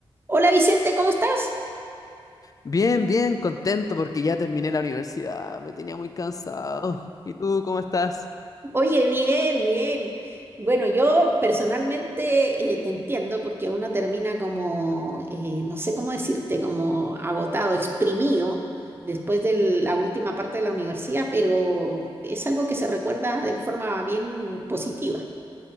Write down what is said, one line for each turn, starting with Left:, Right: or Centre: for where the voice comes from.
Right: Hola Vicente, ¿cómo estás?
Left: Bien, bien, contento porque ya terminé la universidad, me tenía muy cansado. ¿Y tú cómo estás?
Right: Oye, bien, bien. Bueno, yo personalmente eh, te entiendo porque uno termina como, eh, no sé cómo decirte, como agotado, exprimido después de la última parte de la universidad, pero es algo que se recuerda de forma bien positiva.